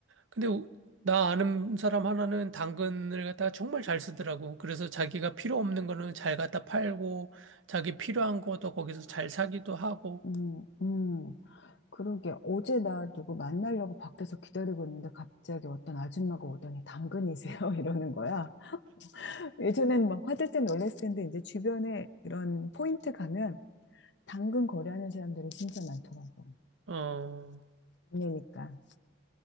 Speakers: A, on the right (about 80°); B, on the left (about 60°).
A: 근데 우- 나 아는 사람 하나는 당근을 갖다가 정말 잘 쓰더라고. 그래서 자기가 필요 없는 거는 잘 갖다 팔고 자기 필요한 것도 거기서 잘 사기도 하고.
B: 음, 음. 그러게. 어제 나 누구 만나려고 밖에서 기다리고 있는데 갑자기 어떤 아줌마가 오더니 당근이세요? <laughs> 이러는 거야. 예전엔 막 화들짝 놀랐을 텐데 이제 주변에 이런 포인트 가면 당근 거래하는 사람들이 진짜 많더라고.
A: 어.
B: 음, 이니까.